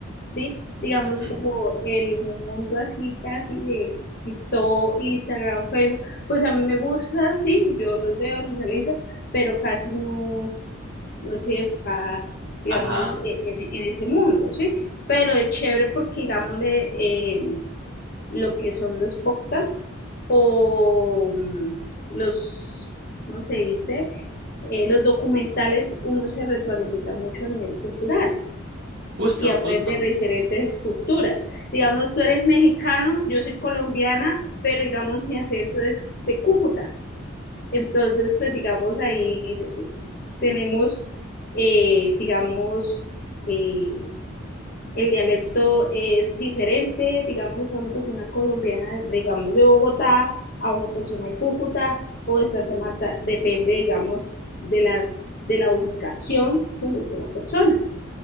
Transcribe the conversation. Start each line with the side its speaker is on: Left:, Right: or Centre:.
Left: ¿sí? Digamos,
Right: ujú,
Left: como el mundo así casi de TikTok, Instagram, Facebook, pues a mí me gusta, sí, yo los veo, los realizo, pero casi no no estoy enfocada, digamos,
Right: Ajá,
Left: e- en, en ese mundo, ¿sí? Pero es chévere porque, digámosle, eh, lo que son los podcasts o mm, los, ¿cómo se dice? Eh, los documentales, uno se retroalimenta mucho a nivel cultural
Right: justo,
Left: y aprende
Right: justo.
Left: de diferentes culturas. Digamos, tú eres mexicano, yo soy colombiana, pero digamos, mi acento es de Cúcuta. Entonces, pues digamos ahí te- tenemos, eh, digamos, eh, el dialecto es diferente, digamos, a una persona colombiana, digamos, de Bogotá, a una persona de Cúcuta o de Santa Marta, depende, digamos, de la, de la ubicación donde esté la persona.